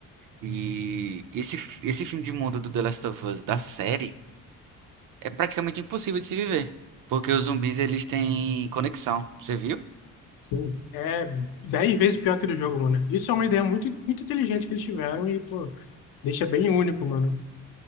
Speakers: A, on the right; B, on the left.
A: E esse esse fim de mundo do The Last of Us da série é praticamente impossível de se viver, porque os zumbis eles têm conexão. Você viu?
B: Sim, é dez vezes pior que do jogo, mano. Isso é uma ideia muito, muito inteligente que eles tiveram e, pô, deixa bem único, mano.